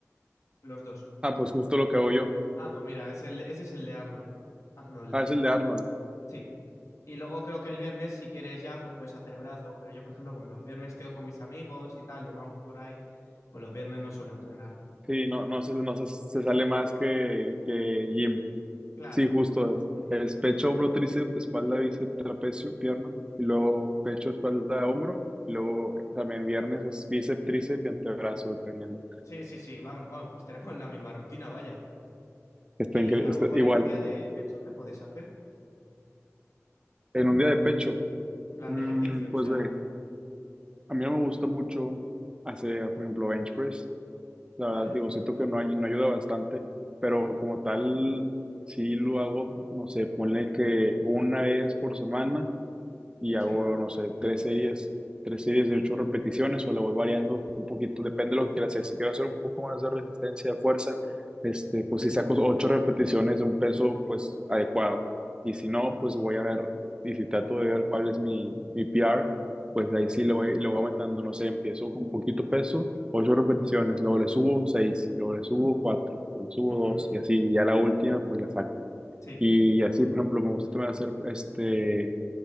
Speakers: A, on the left; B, on the right.
A: los dos.
B: Ah, pues justo lo que hago yo.
A: Ah, pues mira, es el, ese es el de Arnold. Arnold.
B: Ah, es el de Arnold.
A: Sí. Y luego creo que el viernes, si quieres ya, pues puedes hacer brazos. Pero yo, por ejemplo, como los viernes quedo con mis amigos y tal, nos vamos por ahí, pues los viernes no suelo entrenar.
B: Sí, no, no se, no se, se sale más que, que Jim.
A: Claro.
B: Sí, justo es.
A: Ujú,
B: Es pecho, hombro, tríceps, espalda, bíceps, trapecio, pierna. Y luego
A: ujú.
B: pecho, espalda, hombro. Y luego también viernes es bíceps, tríceps y antebrazo, dependiendo.
A: Sí, sí, sí. Vamos, bueno, pues tenemos la misma rutina, vaya.
B: Está,
A: Y
B: incre-
A: a lo
B: está
A: mejor
B: igual.
A: en un día de pecho, ¿qué puedes hacer?
B: En un día de pecho,
A: En plan
B: mm,
A: de ejercicios,
B: pues
A: ya.
B: ve. A mí no me gusta mucho hacer, por ejemplo, bench press. La
A: ¿Vale?
B: verdad, digo, siento que no, hay, no ayuda bastante, pero
A: Ujú.
B: como tal, sí lo hago, no sé, ponle que una vez por semana y hago,
A: Sí.
B: no sé, tres series, tres series de ocho repeticiones o le voy variando un poquito, depende de lo que quiera hacer. Si quiero hacer un poco más de resistencia, de fuerza, este, pues si saco ocho repeticiones de un peso, pues adecuado. Y si
A: Ujú,
B: no, pues voy a ver, y si trato de ver cuál es mi, mi p r pues ahí sí le voy, le voy aumentando, no sé, empiezo con poquito peso, ocho repeticiones, luego le subo seis, luego le subo cuatro, luego le subo
A: ujú.
B: dos, y así, y a la última, pues la saco.
A: Sí,
B: Y así, por ejemplo, me gusta también hacer este,